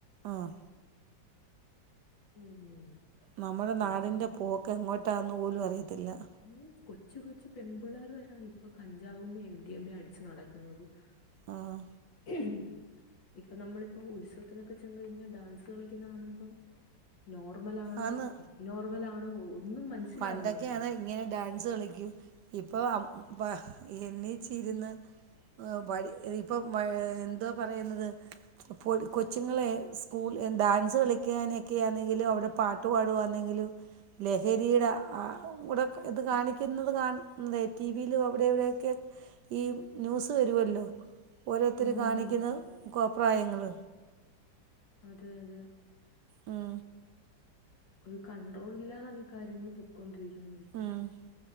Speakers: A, on the right (about 70°); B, on the left (about 70°).
A: ആഹ്
B: ഉം ഉം.
A: നമ്മടെ നാടിന്റെ
B: ഇപ്പ
A: പോക്ക് എങ്ങോട്ടാന്ന് പോലും അറിയത്തില്ലാ.
B: ഉം കൊച്ചു കൊച്ചു പെൺമ്പിള്ളേര് വരാണ് ഇപ്പൊ കഞ്ചാവും എം ഡി എമ്മേ അടിച്ച് നടക്കുന്നത്. <inaudible>
A: ആഹ്.
B: <inaudible> ഇപ്പൊ നമ്മളിപ്പം ഉത്സവത്തിനൊക്കെ ചെന്ന് കഴിഞ്ഞാ ഡാൻസ് കളിക്കുന്ന കാണുമ്പം നോർമലാണോ
A: ആന്ന്
B: അബ്നോർമലാണോ ഒന്നും മനസ്സിലാവുന്നില്ല.
A: പണ്ടൊക്കെയാണ് ഇങ്ങനെ ഡാൻസ് കളിക്കും ഇപ്പൊ ആബ് പാ എണ്ണിച്ചിര്ന്ന് ആഹ് വഴി ഏഹ് ഇപ്പം മാ എന്തുവാ പറയുന്നത് പൊടി കൊച്ചുങ്ങളെ സ്കൂൾ എ ഡാൻസ് കളിക്കാനെക്കെയാന്നെങ്കിലും അവിടെ പാട്ട് പാടുവാന്നെങ്കിലും ലഹരീടെ ആഹ് കൂടെ ഇത് കാണിക്കുന്നത് കാൺ ഏഹ് ടി വിയിലും അവിടെവിടെയൊക്കെ ഈ ന്യൂസ് വരുവല്ലോ ഓരോരുത്തര്
B: ആഹ്
A: കാണിക്കുന്ന കോപ്രായങ്ങള്?
B: അതെ അതെ.
A: ഉം.
B: ഒരു കൺട്രോളില്ലാതാണ് ഈ കാര്യങ്ങള് പൊക്കോണ്ടിരിക്കുന്നത് ഇപ്പം
A: ഉം